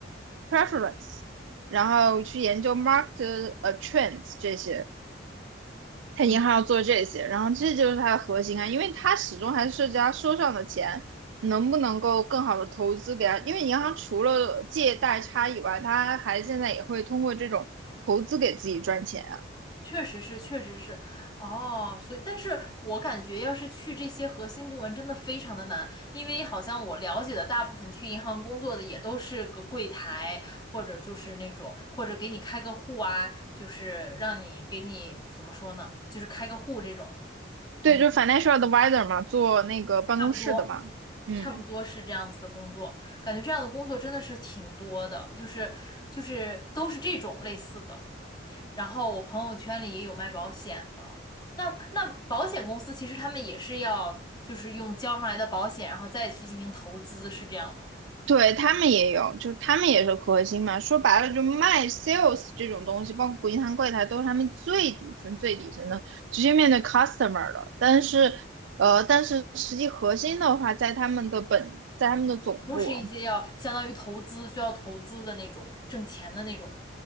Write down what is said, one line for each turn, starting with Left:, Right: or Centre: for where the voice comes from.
Right: preference，然后去研究 market 呃 trends 这些。他银行要做这些，
Left: 嗯。
Right: 然后这就是它的核心啊，因为它始终还是涉及他收上的钱能不能够更好的投资给他，因为银行除了借贷差以外，它还现在也会通过这种投资给自己赚钱啊。
Left: 确实是，确实是，哦，所以，但是我感觉要是去这些核心部门，真的非常的难，因为好像我了解的大部分去银行工作的也都是个柜台，或者就是那种，或者给你开个户啊，就是让你给你怎么说呢，就是开个户这种
Right: 对，
Left: 工，
Right: 就是 financial advisor 嘛，做那个办公室的嘛，
Left: 差不多，
Right: 嗯，
Left: 差不多是这样子的工作，感觉这样的工作真的是挺多的，就是就是都是这种类似的。然后我朋友圈里也有卖保险的。那那保险公司其实他们也是要，就是用交上来的保险，然后再去进行投资，是这样吗？
Right: 对，他们也有，就他们也是核心嘛。说白了，就卖 sales 这种东西，包括银行柜台，都是他们最底层、最底层的，直接面对 customer 的。但是，呃，但是实际核心的话，在他们的本，在他们的总部。
Left: 都是一些要相当于投资，需要投资的那种，挣钱的那种。